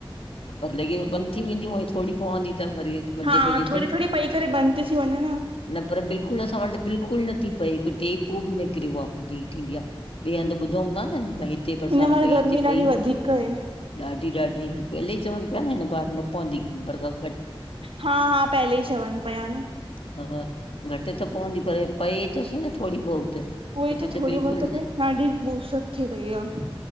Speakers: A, on the left (about 85°); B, on the right (about 75°).
A: भ लॻे बंदि थी वेंदी हुई थोॾो पवंदी त वरी। मंझे
B: हा
A: बजे
B: थोॾो
A: ताईं
B: -थोॾो पई करे बंदि थी थी वञे न।
A: न पर बिल्कुलु असां वटि बिल्कुलु नथी पए हिकु टेपो बि नकिरियो आहे जी थींदी आ। ॿिए हंधि ॿुधूं था न भई हिते बरसाति
B: हिन महिल
A: पई
B: गर्मी
A: हिते पई।
B: ॾाढी वधीक आहे
A: ॾाढी- ॾाढी पहले च ह पिया न हिन बार न पंदी बरसात
B: हा हा पहले ई चवन पया न।
A: हा हा घटि त पवंदी पर हे पए त सईं न थो थोड़ी बहुत। हिते
B: उहोई त थोड़ी
A: बिल्कुलु
B: बहुत त पऐ
A: न
B: ॾाढी ॿूसट थी वई आ।